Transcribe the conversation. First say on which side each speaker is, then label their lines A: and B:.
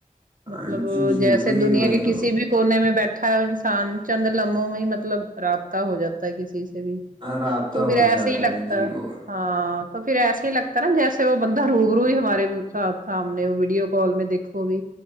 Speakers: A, on the right; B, on the right.
A: مطلب
B: ہاں، جی جی
A: جیسے
B: وہی
A: دنیا
B: وہی
A: کے کسی بھی کونے میں بیٹھا اھا انسان چند لمبوں میں مطلب رابطہ ہو جاتا ہے کسی سے بھی
B: رابطہ
A: تو پھر
B: ہو
A: ایسے
B: جاتا
A: ہی لگتا
B: ہے جی وہ
A: ہاں تو پھر ایسا ہی لگتا ہے نا جیسے وہ بندہ روح روئی ہمارے سامنے ویڈیو کال میں دھو بھی